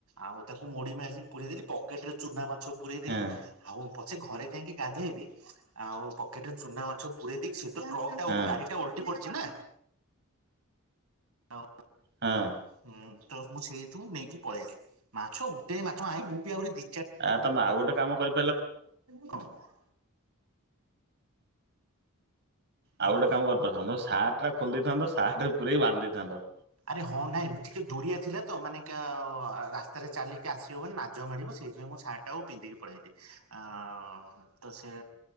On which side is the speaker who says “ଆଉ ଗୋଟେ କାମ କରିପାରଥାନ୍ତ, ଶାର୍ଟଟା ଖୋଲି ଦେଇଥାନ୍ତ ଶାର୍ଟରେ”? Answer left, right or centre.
Right